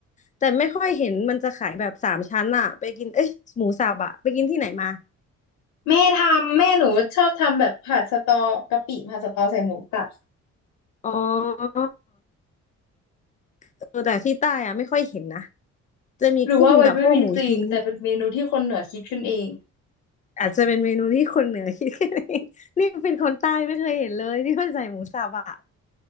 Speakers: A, on the left; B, on the left.
A: แต่ไม่ค่อยเห็นมันจะขายแบบสามชั้นอ่ะไปกินเอ้ยหมูสับอ่ะไปกินที่ไหนมา
B: แม่ทำแม่หนูชอบทำแบบผัดสตอกะปิผัดสตอใส่หมูสับ
A: อ๋อเออแต่ที่ใต้อ่ะไม่ค่อยเห็นนะจะมีกุ้งกับพวกหมูชิ้น
B: หรือว่ามันไม่มีจริงแต่เป็นเมนูที่คนเหนือคิดขึ้นเอง
A: อาจจะเป็นเมนูที่คนเหนือคิดกันเอง <laughs> นี่เป็นคนใต้ไม่เคยเห็นเลยที่ว่าใส่หมูสับอ่ะ